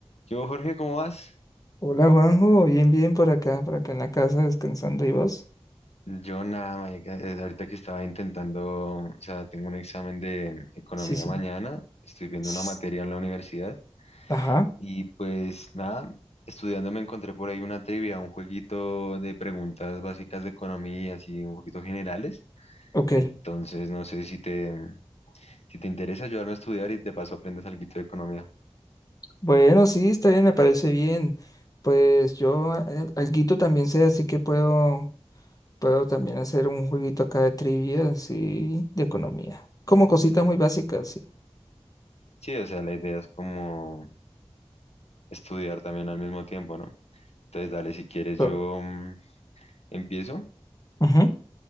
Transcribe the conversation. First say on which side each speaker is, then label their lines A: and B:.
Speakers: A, on the left; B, on the left.
A: Yo, Jorge, ¿cómo vas?
B: Hola Juanjo, bien, bien por acá, por acá en la casa descansando y vos.
A: Yo nada, marica, eh, ahorita que estaba intentando, o sea, tengo un examen de economía
B: Sí, sí.
A: mañana, estoy viendo
B: S-
A: una materia en la universidad
B: Ajá,
A: y pues nada, estudiando me encontré por ahí una trivia, un jueguito de preguntas básicas de economía, así un poquito generales.
B: ok.
A: Entonces, no sé si te, si te interesa ayudarme a estudiar y de paso aprendes algo de economía.
B: Bueno, sí, está bien, me parece bien. Pues yo al- alguito también sé, así que puedo, puedo también hacer un jueguito acá de trivia, sí, de economía. Como cositas muy básicas, sí.
A: Sí, o sea, la idea es como estudiar también al mismo tiempo, ¿no? Entonces, dale, si quieres,
B: So,
A: yo mm, empiezo.
B: ujú.